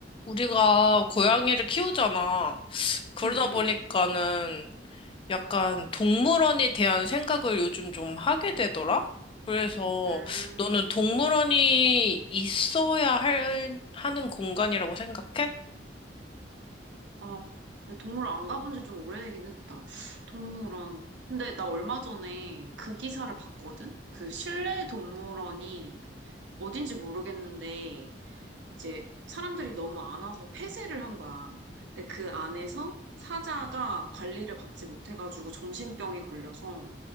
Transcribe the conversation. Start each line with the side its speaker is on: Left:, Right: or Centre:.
Left: 우리가 고양이를 키우잖아. 그러다
Right: 응응.
Left: 보니까는 약간 동물원에 대한 생각을 요즘 좀 하게 되더라? 그래서
Right: 음.
Left: 너는 동물원이 있어야 할, 하는 공간이라고 생각해?
Right: 아, 근데 동물원 안 가본 지 좀 오래되긴 했다. 동물원. 근데 나 얼마 전에 그 기사를 봤거든? 그 실내 동물원이 어딘지 모르겠는데 이제 사람들이 너무 안 와서 폐쇄를 한 거야. 근데 그 안에서 사자가 관리를 받지 못해가지고 정신병이 걸려서